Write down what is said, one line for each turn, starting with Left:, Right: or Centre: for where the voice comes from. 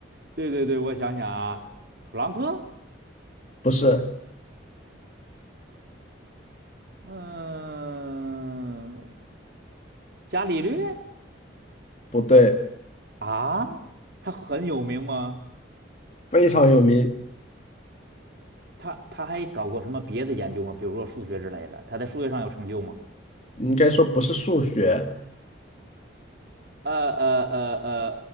Right: 对对对，我想想啊，普朗克，
Left: 不是，
Right: 嗯，伽利略
Left: 不对，
Right: 啊，他很有名吗？
Left: 非常有名，
Right: 他他还搞过什么别的研究吗？比如说数学之类的，他在数学上有成就吗？
Left: 你应该说不是数学，
Right: 呃呃呃呃